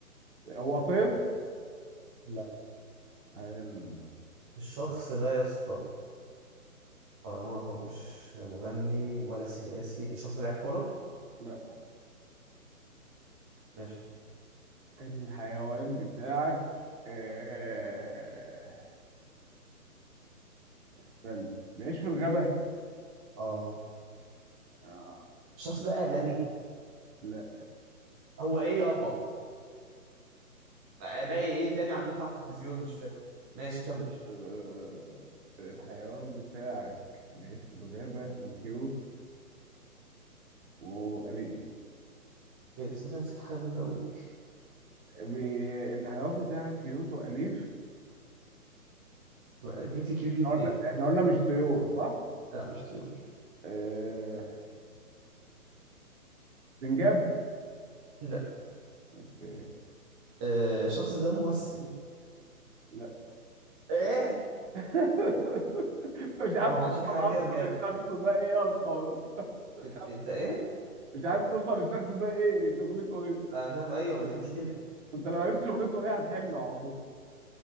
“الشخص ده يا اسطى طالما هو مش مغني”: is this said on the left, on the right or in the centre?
Centre